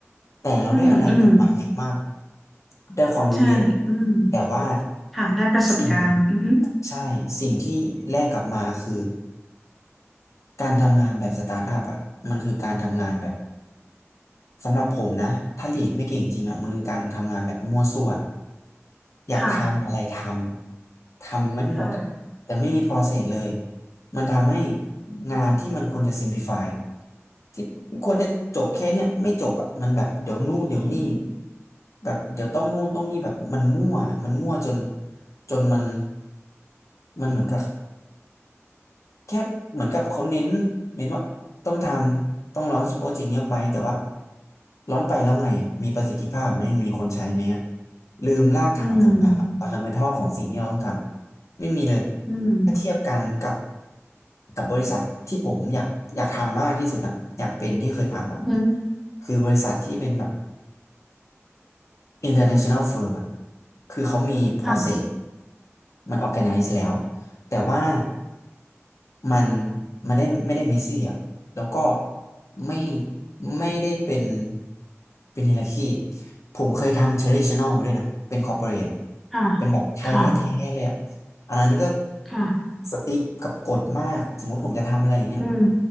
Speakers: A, on the left (about 80°); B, in the centre.
A: แต่เราได้อะไรกลับมันเยอะมาก
B: อืมอืม
A: ได้ความรู้เยอะ
B: ใช่อืม
A: แต่ว่า
B: ค่ะได้ประสบการณ์อือฮึ
A: สิ่งใช่สิ่งที่แลกกลับมาคือการทำงานแบบสตาร์ทอัพอ่ะมันคือการทำงานแบบ สำหรับผมนะถ้าลีดไม่เก่งจริงอ่ะมันคือการทำงานแบบมั่วซั่วอยากทำอะไรท
B: ค่ะ
A: ำทำไม่หมดอ่ะแต่ไม่มี
B: ค่ะ
A: process เลยมันทำให้
B: อืม
A: งานที่มันควรจะ simplify อะที่ควรจะจบแค่เนี้ยไม่จบอ่ะมันแบบเดี๋ยวนู่นเดี๋ยวนี่
B: อืม
A: แบบเดี๋ยวต้องนู่นต้องนี่แบบมันมั่วมันมั่วจนจนมันมันเหมือนกับ แค่เหมือนกับเขาเน้นเน้นว่าต้องทำต้องลอนช์โปรเจกต์นี้ออกไปแต่ว่าลอนช์ไปแล้วไงอะมีประสิทธิภาพไหมมีคนใช้ไหมอะลืมรากฐานสำคัญฟันดัเมนทัลของสิ่งที่เราต้องทำอะ
B: อืม
A: ไม่มีเลย
B: อืม
A: ถ้าเทียบกันกับกับบริษัทที่ผมอยากอยากทำมากที่สุดนะอยากเป็นที่เคยผ่านมา
B: อือฮึ
A: คือบริษัทที่เป็นแบบ international firm อะคือเขามี process
B: ค่ะ
A: มัน organize แล้ว แต่ว่ามันมันได้ไม่ได้เมสซี่อ่ะแล้วก็ไม่ไม่ได้เป็นเป็นไฮรักีผมเคยทำ traditional มาด้วยนะ เป็น corporate อะ
B: ค่ะ
A: เป็นแบบไทยแท้ๆเลยอ่ะ
B: ค่ะ
A: อันนั้นก็
B: ค่ะ
A: สติ๊กกับกฎมากสมมติผมจะทำอะไรอย่างเงี้ย
B: อืม